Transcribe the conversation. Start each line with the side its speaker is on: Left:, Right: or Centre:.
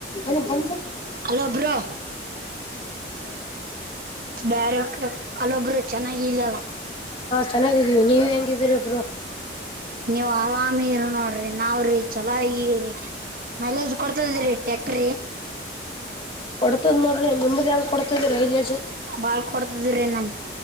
Left: ನಾ
Right: ಅಲ್ಲೊಬ್ರು ಬ್ಯಾರೆ ಅಲ್ಲೊಬ್ರು ಚೆನ್ನಾಗಿಲ್ಲಲ್ಲ
Left: ಚೆನ್ನಾಗವಿ ನೀ ಗಿದೀರಾ
Right: ನೀವು ಆರಾಮಿರು ನೋಡ್ರಿ ನಾವ್ರೀ ಚಲ ಈ ಮೈಲೇಜ್ ಕೊಡ್ತದ ರೀ ಫ್ಯಾಕ್ಟರಿ
Left: ಕೊಡ್ತದ ನೋಡ್ರಿ ನಿಮ್ಮದಂ ಕೊಡ್ತದ ಮೈಲೇಜ
Right: ಬಾಳ್ ಕೊಡ್ತದ್ರಿ ನಮ್